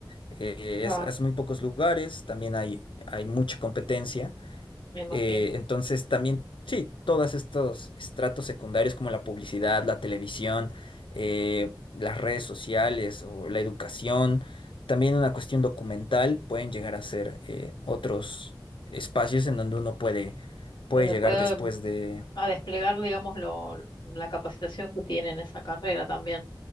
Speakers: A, on the left; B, on the left.
A: Eh,
B: Claro,
A: es, es muy pocos lugares, también hay, hay mucha competencia.
B: me imagino.
A: Eh, entonces también, sí, todos estos estratos secundarios como la publicidad, la televisión, eh, las redes sociales o la educación, también una cuestión documental pueden llegar a ser eh, otros espacios en donde uno puede,
B: Donde
A: puede llegar
B: puede
A: después
B: mm,
A: de...
B: a desplegar, digamos, lo, la capacitación que tiene en esa carrera también.